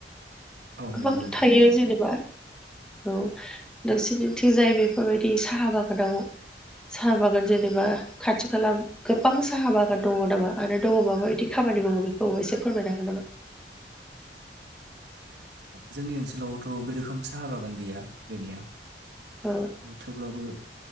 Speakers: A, on the right; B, in the centre.
A: औ
B: गोबां
A: नंगौ नोंथां
B: थायो जेनेबा औ नोंसोरनिथिंजाय बेफोरबायदि साहा बागानाव साहा बागान जेनेबा खाथि खा गोबां साहा बागान दङ नामा आरो दङ माबा बिदि खामानि मावो बेखौ एसे फोरमायनो हागोन नामा
A: जोंनि ओनसोलावथ' बे रोखोम साहा बागान गैया बेनिया
B: औ
A: थेवब्लाबो